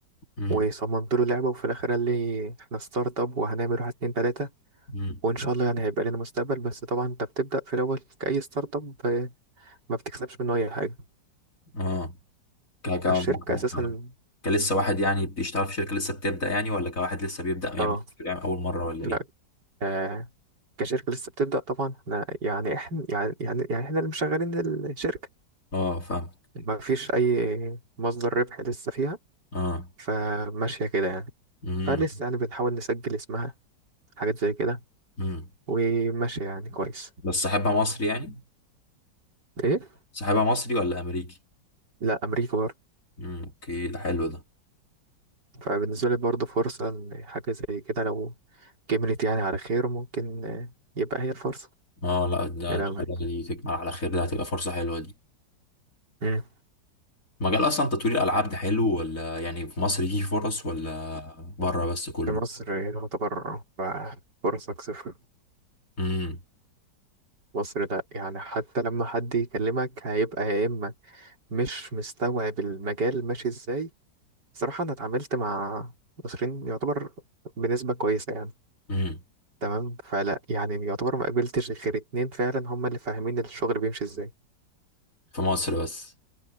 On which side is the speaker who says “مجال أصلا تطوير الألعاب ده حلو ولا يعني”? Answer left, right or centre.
Left